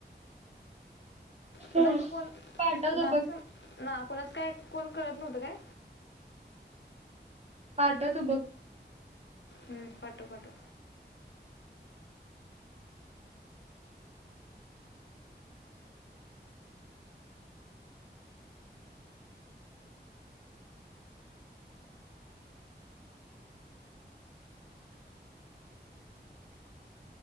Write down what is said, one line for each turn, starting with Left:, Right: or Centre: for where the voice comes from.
Left: कुणाचं
Right: हम्म
Left: कोण
Right: पाठवतो
Left: तुला आधी
Right: बघ
Left: सा ना कोणाच काय कोल कळत नव्हत काय.
Right: पाठवतो बघ.
Left: हम्म पाठव पाठव.